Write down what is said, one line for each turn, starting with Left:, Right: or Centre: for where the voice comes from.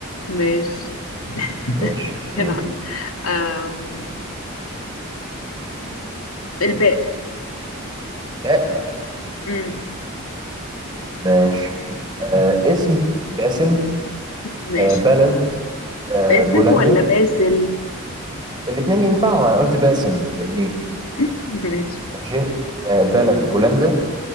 Left: ماشي <laughs>
Right: ماشي قول
Left: هنا أم... الباء
Right: آه،
Left: أم،
Right: ماشي آه اسم باسم
Left: ماشي
Right: آه بلد آه
Left: باسم
Right: بولندا
Left: ولا باسل
Right: الاتنين ينفعوا أنا قلت باسم بالميم
Left: <laughs> ماشي
Right: ماشي آه بلد بولندا